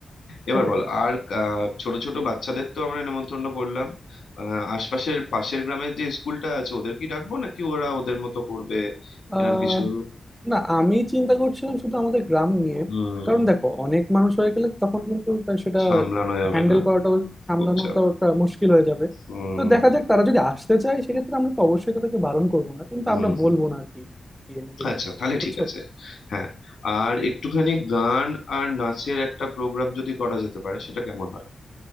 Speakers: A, on the left (about 85°); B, in the centre.
A: এবার
B: সেটাই
A: বলো আর আহ, ছোট ছোট বাচ্চাদের তো আমরা নেমন্তন্ন করলাম আহ, আশপাশের পাশের গ্রামের যে স্কুলটা আছে ওদের কি ডাকবো নাকি ওরা ওদের মতো করবে
B: আহ
A: এরকম কিছু
B: না আমি চিন্তা করছিলাম শুধু আমাদের গ্রাম নিয়ে
A: হুম
B: কারণ দেখো অনেক মানুষ হয়ে গেলে তখন কিন্তু তাই সেটা
A: সামলানো যাবে
B: হ্যান্ডেল
A: না
B: করাটাও সামলানোটাও
A: খুব চাপ
B: একটা মুশকিল হয়ে যাবে
A: হুম
B: তো দেখা যাক তারা যদি আসতে চায় সেক্ষেত্রে আমরা তো অবশ্যই তাদেরকে বারণ করবো না কিন্তু
A: হুম
B: আমরা
A: হুম
B: বলবো না আর কি গিয়ে নিজেরা
A: আচ্ছা তাহলে
B: বুঝছো
A: ঠিক আছে হ্যাঁ আর একটুখানি গান আর নাচের একটা প্রোগ্রাম যদি করা যেতে পারে সেটা কেমন হয়